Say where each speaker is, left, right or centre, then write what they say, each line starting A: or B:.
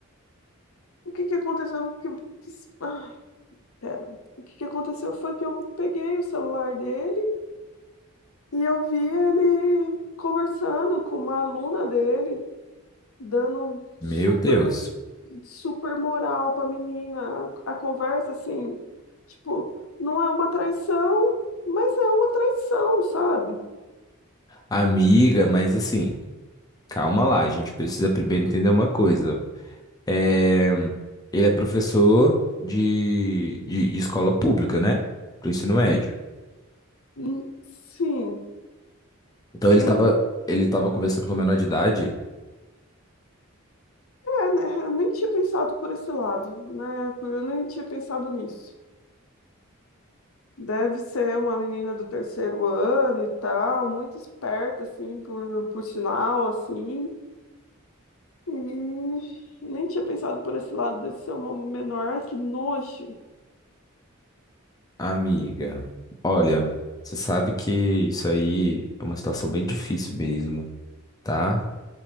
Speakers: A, on the left; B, on the left.
A: O que que aconteceu? Que, que, ai, pera. O que que aconteceu foi que eu peguei o celular dele e eu vi ele conversando com uma aluna dele, dando um
B: Meu
A: super
B: Deus.
A: super moral pra menina. A, a conversa, assim, tipo, não é uma traição, mas é uma traição, sabe?
B: Amiga, mas assim, calma lá. A gente precisa primeiro entender uma coisa. É... Ele é professor de, de de escola pública, né? Do ensino médio.
A: Hum, Sim,
B: Então
A: sim.
B: ele tava, ele tava conversando com a menor de idade.
A: É, né, eu nem tinha pensado por esse lado, né? Eu nem tinha pensado nisso. Deve ser uma menina do terceiro ano e tal, muito esperta, assim, por, por sinal, assim. E nem tinha pensado por esse lado desse ser uma menor. Ai, que nojo.
B: Amiga, olha, você sabe que isso aí é uma situação bem difícil mesmo, tá?